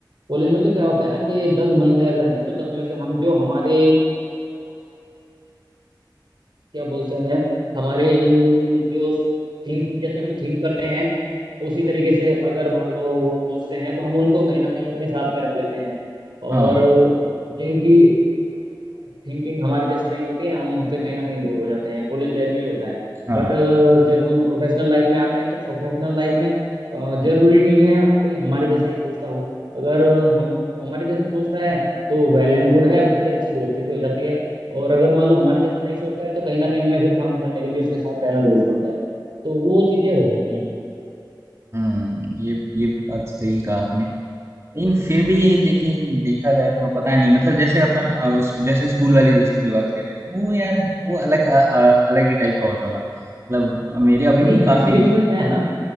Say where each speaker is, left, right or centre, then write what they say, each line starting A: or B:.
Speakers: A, on the right (about 70°); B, on the right (about 35°).
A: कॉलेज में तो क्या होता है ना कि दस बंदे अगर हैं तो दस में से हम जो हमारे क्या बोलते हैं हमारे जो थिंक जैसे हम थिंक करते हैं उसी तरीके से अगर मान लो वो सोचते हैं तो हम उनको कहीं ना कहीं अपने साथ में रख लेते हैं
B: हाँ
A: और जिनकी थिंकिंग हमारी जैसी नहीं होती है हम उनसे कहीं ना कहीं दूर हो जाते हैं कॉलेज लाइफ में ये होता है
B: हाँ
A: बट जब हम प्रोफेशनल लाइफ में आते हैं तो प्रोफेशनल लाइफ में अ, जरूरी नहीं है कोई हमारे जैसा ही सोचता हो अगर हम हमारे जैसा सोचता है तो वेल एंड गुड है उससे अच्छी दोस्ती भी हो जाती है और अगर मान लो हमारे जैसा नहीं सोचता है तो कहीं ना कहीं हमें फिर काम करने के लिए उसके साथ रहना जरूर पड़ता है तो वो चीजें हो जाती हैं
B: हम्म ये ये बात सही कहा आपने लेकिन फिर भी लेकिन देखा जाए तो पता नहीं मतलब जैसे अपन अ, स्कू- जैसे स्कूल वाली दोस्ती की बात करें तो वो यार वो अलग अ, अ, अलग ही टाइप का होता था मतलब मेरे अभी
A: नहीं
B: भी काफी
A: एक्चुअली उसमें क्या है ना